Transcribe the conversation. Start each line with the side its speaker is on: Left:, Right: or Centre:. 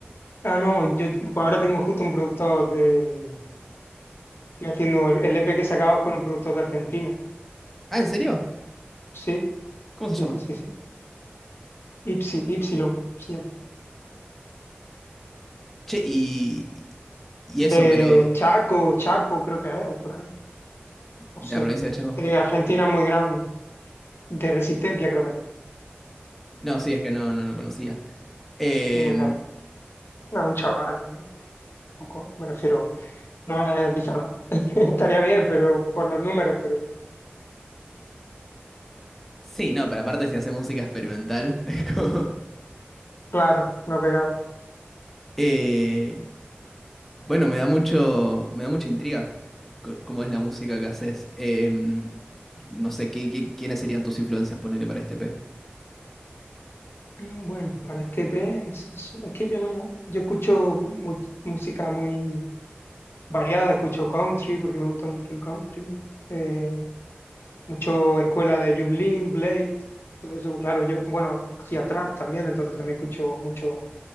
Left: Ah, no, yo t- pues ahora tengo justo un productor de... Estoy haciendo el, el EP que he sacado es con un productor de Argentina.
Centre: Ah, ¿en serio?
Left: Sí,
Centre: ¿Cómo se
Left: sí,
Centre: llama?
Left: sí, sí. Ipsi, Ypsilon se llama.
Centre: Che, y y eso,
Left: De
Centre: pero
Left: Chaco, Chaco creo que es, o por ahí. No
Centre: de
Left: sé.
Centre: la provincia de Chaco.
Left: De Argentina muy grande, de Resistencia creo que es,
Centre: No, sí, es que no no lo conocía. Em,
Left: es muy grande. No, un chaval, un poco, me refiero. No es bizarro. <laughs> Estaría bien, pero por los números, pero no.
Centre: sí, no, pero aparte si hace música experimental, <laughs> es como
Left: Claro, no pegaba.
Centre: eh, Bueno, me da mucho, me da mucha intriga eh, co- cómo es la música que haces. Em, no sé, ¿qué, qué- quiénes serían tus influencias, ponele para este P?
Left: Mm, Bueno, para este pez, es es que yo no, yo escucho mu- música muy variada, escucho country porque me gusta mucho el country, eh, mucho escuela de Yulin, Blade, todo eso, claro, yo, bueno, hacía trap también, entonces también escucho mucho